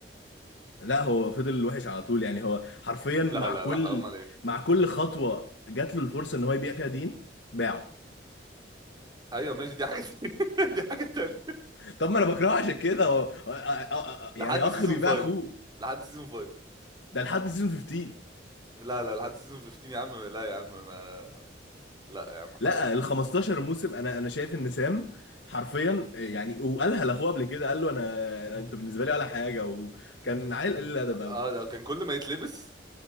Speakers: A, on the left; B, on the right.
A: لا هو فضل وحش على طول يعني هو حرفيا مع
B: لا لا
A: كل
B: لا حرام عليك
A: مع كل خطوه جات له الفرصه ان هو يبيع فيها دين باعه
B: ايوه ماشي دي حاجه <laughs> تانية. دي حاجه تانية
A: <laughs> طب ما انا بكرهه عشان كده هو أ- أ- أ-
B: لحد
A: يعني اخ
B: سيزون
A: بيباع
B: 5
A: اخوه
B: لحد سيزون 5
A: ده لحد سيزون 15
B: لا لا لحد سيزون 15 يا عم لا يا عم ما لا يا عم حرام
A: لا ال 15 موسم انا انا شايف ان سام حرفيا يعني وقالها لاخوه قبل كده قال له انا انت بالنسبه لي ولا حاجه وكان عيل قليل الادب قوي
B: اه ده كان كل ما يتلبس